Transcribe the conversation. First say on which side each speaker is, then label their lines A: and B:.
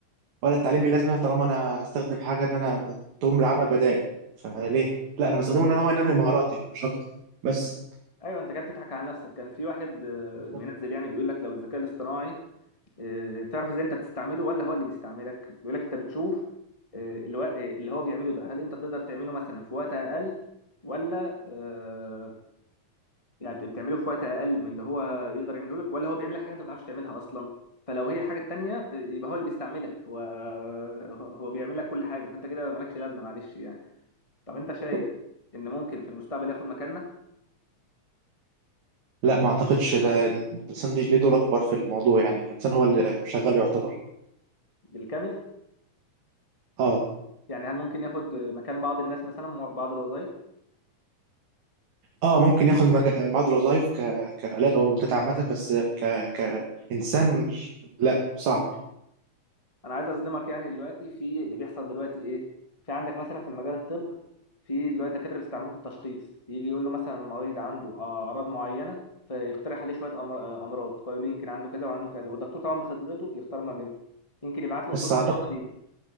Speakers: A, on the right; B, on the left.
A: ولا التعليم ليه لازمه طالما انا هستخدم حاجه ان انا تقوم بالعمل بدالي فليه لا انا بستخدمه ان انا هو انمي مهاراتي مش اكتر بس
B: ايوه انت كده بتضحك على نفسك كان في واحد آه،
A: بالظبط
B: منزل يعني بيقول لك لو الذكاء الاصطناعي آه، تعرف ازاي انت بتستعمله ولا هو اللي بيستعملك بيقول لك انت بتشوف آه، الو- آه، اللي هو بيعمله ده هل انت تقدر تعمله مثلا في وقت اقل ولا آه، يعني بت- بتعمله في وقت اقل من اللي هو يقدر يعمله لك ولا هو بيعمل لك حاجه انت ما بتعرفش تعملها اصلا فلو هي الحاجه التانيه آه، يبقى هو اللي بيستعملك هو هو بيعمل لك كل حاجه فانت كده مالكش لازمه معلش يعني طب انت
A: بالظبط.
B: شايف ان ممكن في المستقبل ياخد مكاننا
A: لا ما اعتقدش لا الانسان ليه ليه دور اكبر في الموضوع يعني الانسان هو اللي شغال يعتبر
B: بالكامل
A: اه
B: يعني هل ممكن ياخد مكان بعض الناس مثلا بعض الوظائف
A: اه ممكن ياخد مج- بعض الوظائف ك... كآلات او روبوتات عامة بس ك... كإنسان لا صعب
B: انا عايز اصدمك يعني دلوقتي في اللي بيحصل دلوقتي ايه في عندك مثلا في المجال الطب في دلوقتي دكاتره بيستعملوه في التشخيص يجي يقول له مثلا المريض عنده اعراض معينه فيقترح عليه شويه أمر- امراض فيقول له يمكن عنده كذا وعنده كذا والدكتور طبعا بخبرته يختار ما بينهم يمكن يبعت له
A: بس
B: صوره
A: اعتقد
B: التحليل